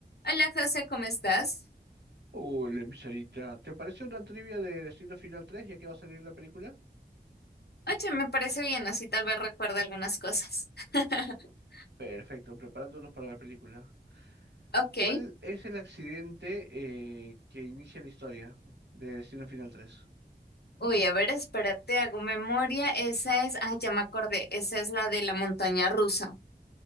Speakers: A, on the left; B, on the right.
A: Hola José, ¿cómo estás?
B: Hola, mi Sarita. ¿Te parece una trivia de Destino Final 3 ya que va a salir la película?
A: Oye, me parece bien, así tal vez recuerde algunas cosas. <laughs>
B: Perfecto, preparándonos para la película.
A: Ok.
B: ¿Cuál es el accidente eh, que inicia la historia de Destino Final 3?
A: Uy, a ver, espérate, hago memoria. Esa es, ah, ya me acordé, esa es la de la montaña rusa.